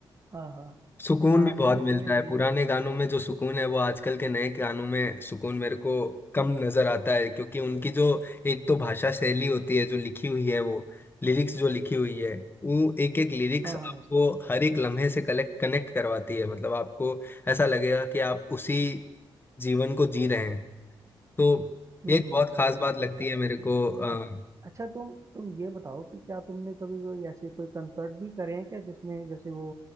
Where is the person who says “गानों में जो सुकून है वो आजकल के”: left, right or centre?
Left